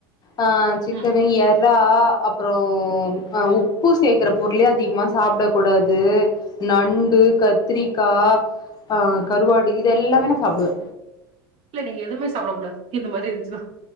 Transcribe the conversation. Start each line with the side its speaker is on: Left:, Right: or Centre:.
Left: அ சிக்கனு
Right: ம்
Left: எற் றா அப்பறோ உப்பு அ சேக்கறப் பொருளே அதிகமா சாப்ட கூடாது நண்டு கத்ரிக்கா ஆ கருவாடு இது எல்லாமே நா சாப்டுவே
Right: இல்ல நீங்க எதுமே சாப்ட கூடா இந்த மாரி இருந்ச்சினா